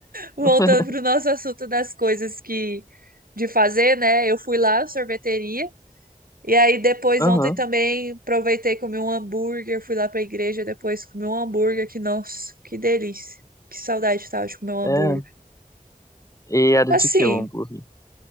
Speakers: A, on the right; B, on the left.
A: Voltando
B: <laughs>
A: para o nosso assunto das coisas que de fazer, né? Eu fui lá, sorveteria. E aí depois
B: Aham,
A: ontem também aproveitei e comi um hambúrguer, fui lá para a igreja, depois comi um hambúrguer que nossa, que delícia. Que saudade que tava de comer um hambúrguer.
B: é. E era
A: Assim,
B: de que o hambúrguer?